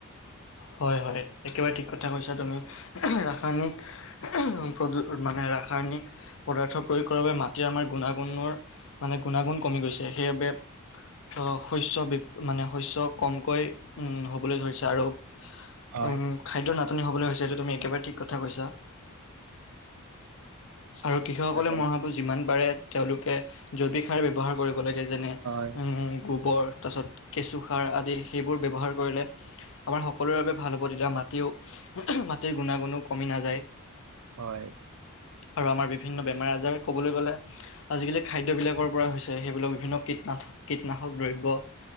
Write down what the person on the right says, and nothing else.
হয়।
উম
হয়
হয়